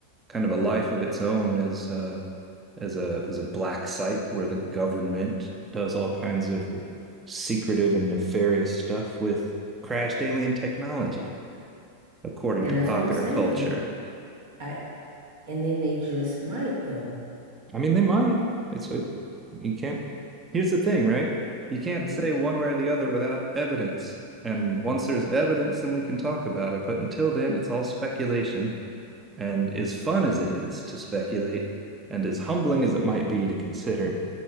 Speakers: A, on the right (about 20°); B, on the right (about 55°).
A: kind of a life of its own as uh, as a as a black site where the government does all kinds of secretive and nefarious stuff with crashed alien technology, according
B: Then
A: to
B: that's
A: popular
B: what I'm saying.
A: culture.
B: I and then they just might though.
A: I mean, they might. It's you can't. Here's the thing, right? You can't
B: hmm
A: say one way or the other without evidence. And once there's evidence, then we can talk about it. But until then, it's all speculation. And as fun as it is to speculate, and as humbling as it might be to consider,